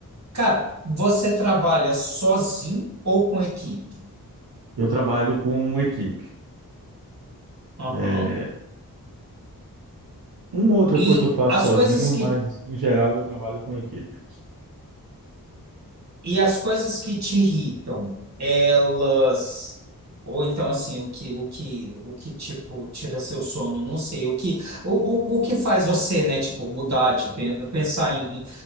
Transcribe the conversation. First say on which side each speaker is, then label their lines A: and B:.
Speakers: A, on the right; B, on the right.
A: Cara, você trabalha sozinho ou com equipe?
B: Eu trabalho com equipe.
A: Aham.
B: É, Uma outra
A: E
B: coisa eu faço
A: as
B: sozinho,
A: coisas que
B: mas em geral eu trabalho com equipe.
A: e as coisas que te irritam, elas ou então assim, o que o que o que tipo tira seu sono, não sei, o que o, o, o que faz você, né, tipo mudar de pen- pensar em em-